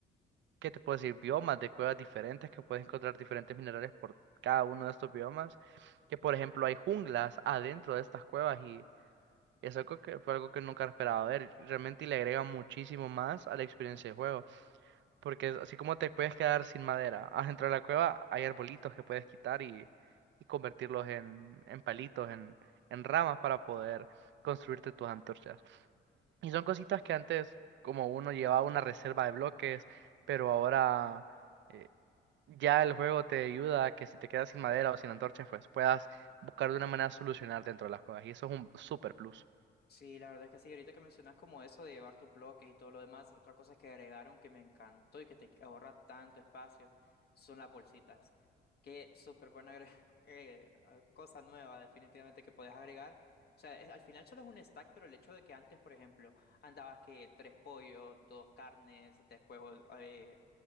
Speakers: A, on the right; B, on the left.
A: ¿qué te puedo decir? Biomas de cuevas diferentes que puedes encontrar diferentes minerales por cada uno de estos biomas. Que por ejemplo hay junglas adentro de estas cuevas y es algo que fue algo que nunca esperaba ver. Realmente le agrega muchísimo más a la experiencia de juego. Porque así como te puedes quedar sin madera, adentro de la cueva hay arbolitos que puedes quitar y, y convertirlos en, en palitos, en, en ramas para poder construirte tus antorchas. Y son cositas que antes como uno llevaba una reserva de bloques, pero ahora... eh, ya el juego te ayuda a que si te quedas sin madera o sin antorchas, pues puedas buscar de una manera solucionar dentro de las cosas. Y eso es un super plus.
B: Sí, la verdad es que sí, ahorita que mencionas como eso de llevar tus bloques y todo lo demás, otra cosa que agregaron que me encantó y que te ahorra tanto espacio son las bolsitas. Qué súper buena agre- <laughs> eh, ah, cosa nueva definitivamente que podés agregar. O sea, es- al final solo es un stack, pero el hecho de que antes, por ejemplo, andabas que tres pollos, dos carnes, después o- eh,